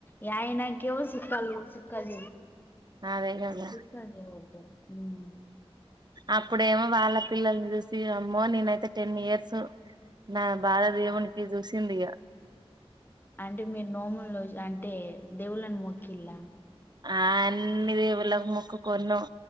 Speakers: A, on the left; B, on the right.
A: యయనాకేవో సుక్కలు సుక్కల్
B: ఆ అదే కదా
A: సుక్కలిదు ఉ
B: అప్పుడేమో వాళ్ళ పిల్లల్ని చూసి అమ్మో నేనైతే టెన్ ఇయర్స్ నా బాలదేవునికి చూసింది ఇగ
A: అంటే మీరు నోములు అంటే దేవుళ్ళని మోకిల్లా
B: ఆ అన్ని దేవుళ్ళ మొక్కు కొన్నాం.